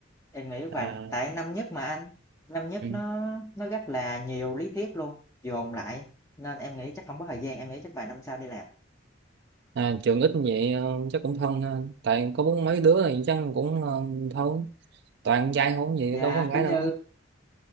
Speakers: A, on the left; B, on the right.
A: em nghĩ vậy
B: à,
A: tại năm nhất mà anh năm nhất
B: ừ.
A: nó nó rất là nhiều lý thuyết luôn dồn lại nên em nghĩ chắc không có thời gian em nghĩ chắc vài năm sau đi làm
B: à trường ít như vậy ờ, chắc cũng thân ha tại có bốn mấy đứa thì chắc cũng ờ, thân toàn con trai không vậy
A: dạ
B: đâu có con gái
A: kiểu như
B: đâu